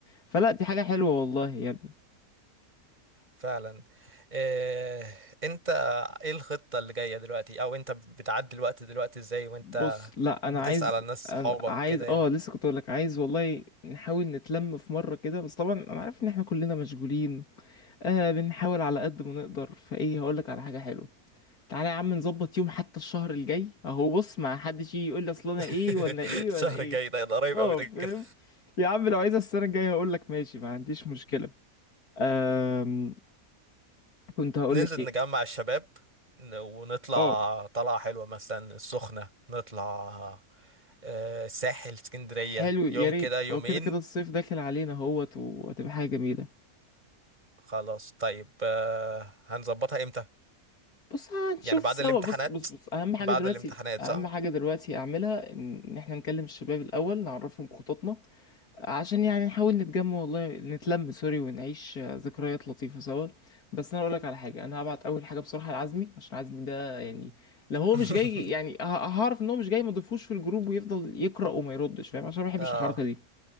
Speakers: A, on the left; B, on the right.
A: فلا دي حاجة حلوة والله يا ابني
B: فعلا إيه انت ايه الخطة اللي جاية دلوقتي او انت بتعدي الوقت دلوقتي ازاي وانت
A: بص لا
B: بتسأل
A: انا عايز
B: على الناس صحابك
A: أنا عايز
B: كده يعني
A: اه لسه كنت اقول لك عايز والله نحاول نتلم في مرة كده بس طبعا انا عارف ان احنا كلنا مشغولين آه بنحاول على قد ما نقدر فايه هقول لك على حاجة حلوة تعالى يا عم نظبط يوم حتى الشهر الجاي اهو بص ما حدش يجي يقول لي اصل انا
B: <laughs>
A: ايه وانا ايه
B: الشهر
A: وانا ايه
B: الجاي ده ده قريب
A: اه
B: قوي ده
A: فاهم
B: كده
A: يا عم لو عايز السنة الجاية هقول لك ماشي ما عنديش مشكلة أم... كنت هقول
B: ننزل
A: لك
B: نجمع الشباب ن- ونطلع
A: اه
B: طلعة حلوة مثلا السخنة نطلع آه، الساحل اسكندرية
A: حلو يا
B: يوم
A: ريت
B: كده يومين
A: هو كده كده الصيف داخل علينا اهوت وهتبقى حاجه جميله
B: خلاص طيب آه، هنظبطها امتى
A: بص هنشوف
B: يعني بعد
A: سوا
B: الامتحانات
A: بص بص بص اهم حاجه
B: بعد
A: دلوقتي
B: الامتحانات
A: اهم
B: صح
A: حاجه دلوقتي اعملها ان إن احنا نكلم الشباب الاول نعرفهم خططنا عشان يعني نحاول نتجمع والله نتلم سوري ونعيش آه، ذكريات لطيفه سوا بس انا اقول لك على حاجه انا هبعت اول حاجه بصراحه لعزمي عشان عزمي ده يعني لو هو
B: <laughs>
A: مش جاي يعني ه- هعرف ان هو مش جاي ما اضيفوش في الجروب ويفضل يقرا وما يردش فاهم عشان ما بحبش
B: اه
A: الحركه دي